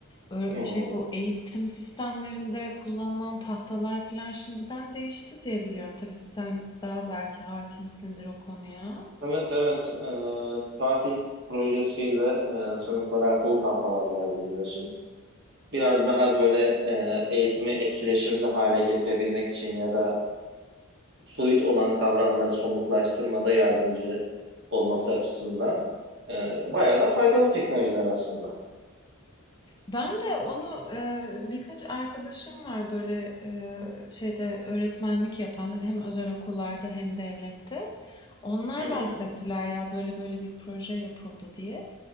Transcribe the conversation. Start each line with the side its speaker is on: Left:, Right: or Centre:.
Left: Ö-
Right: Hı hı.
Left: şey bu eğitim sistemlerinde kullanılan tahtalar falan şimdiden değişti diye biliyorum. Tabii sen daha belki hakimsindir o konuya.
Right: Evet evet eee, Fatih projesiyle eee, sınıflara akıllı tahtalar geldi biliyorsun. biraz daha böyle e, eğitimi etkileşimli hale getirebilmek için ya da soyut olan kavramları somutlaştırmada yardımcı olması açısından e, bayağı da faydalı teknolojiler aslında.
Left: Ben de onu, eee, birkaç arkadaşım var böyle, eee, şeyde öğretmenlik yapan hem özel okullarda hem devlette. Onlar
Right: Hı hı,
Left: bahsettiler ya böyle böyle bir proje yapıldı diye.